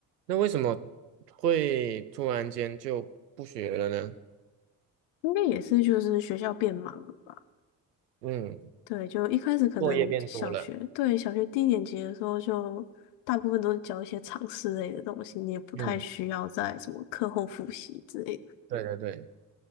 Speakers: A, on the right; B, on the left.
A: 那为什么会突然间就不学了呢？
B: 应该也是就是学校变忙了吧？
A: 嗯，
B: 对，就一开始可能小学，
A: 作业变多了。
B: 对，小学低年级的时候就大部分都是教一些常识类的东西，你也不太需要在什么课后复习之类的。
A: 嗯，对对对。